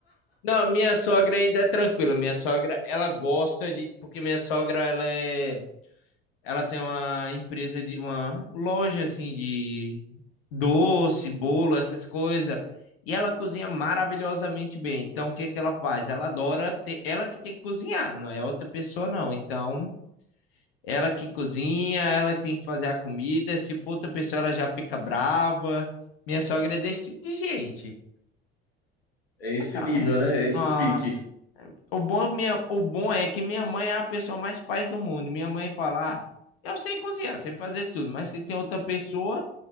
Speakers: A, on the left; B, on the left.
A: Não, minha sogra ainda é tranquila. Minha sogra, ela gosta de, porque minha sogra ela é, ela tem uma empresa de uma loja assim de doce, bolo, essas coisas. E ela cozinha maravilhosamente bem. Então, o que que ela faz? Ela adora ter, ela que tem que cozinhar, não é outra pessoa não. Então, ela que cozinha, ela tem que fazer a comida. Se for outra pessoa, ela já fica brava. Minha sogra é desse tipo de gente.
B: É esse
A: Tá calmo.
B: nível, né? É esse
A: Nossa.
B: pique.
A: O bom, é minha, o bom é que minha mãe é a pessoa mais paz do mundo. Minha mãe fala: ah, eu sei cozinhar, sei fazer tudo, mas se tem outra pessoa,